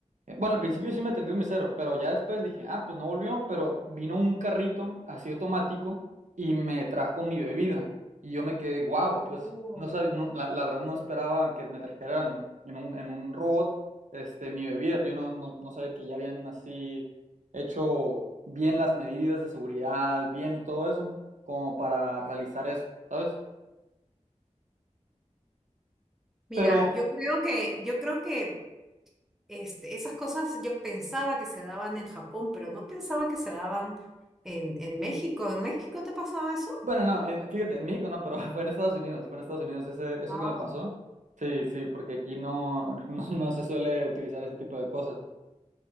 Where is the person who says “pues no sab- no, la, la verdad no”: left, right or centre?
Right